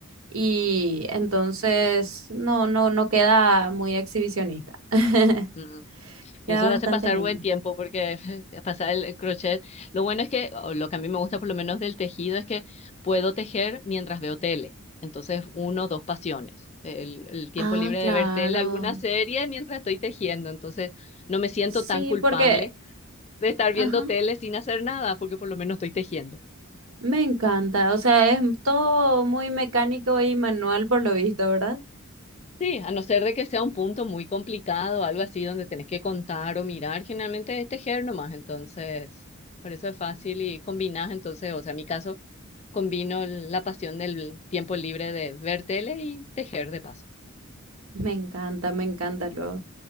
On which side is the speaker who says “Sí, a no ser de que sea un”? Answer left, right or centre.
Left